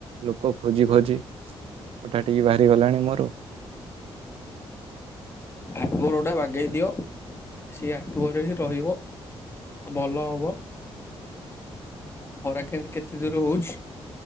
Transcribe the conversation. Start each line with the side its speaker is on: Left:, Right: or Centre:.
Right: ଲୋକ ଖୋଜି ଖୋଜି ଅଟା ଟିକେ ବାହାରିଗଲାଣି ମୋର।
Left: ଆକୁ ହରଟା ବାଗେଇ ଦିଅ ସେଇ ଆକୁଅର ହିଁ ରହିବ। ଭଲ ହବ। ଖରା କେ କେତେ ଜୋର ହଉଛି